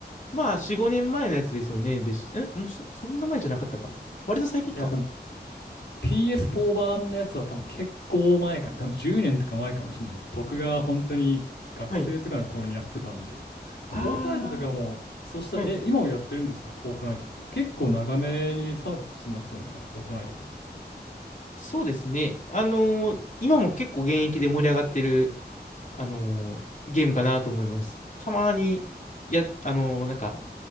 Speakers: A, on the left; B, on the left.
A: まあ、4、5年前のやつですよね。でし、え、もうそ、そんな前じゃなかったか。割と最近か。
B: いや、でも PS4 版のやつは多分結構前かな、多分10年とか前かもしれないです。僕が本当に学生とかの頃にやってたんで。
A: はい。
B: フォートナイトとかも、
A: あ
B: そうしたら、
A: あ、はい。
B: え、今もやってるんですかフォートナイトとか。結構長めにサービスしてますよね、フォートナイトとかって。
A: そうですね。あのー今も結構現役で盛り上がってる、あのーゲームかなと思います。たまに、や、あのーなんか、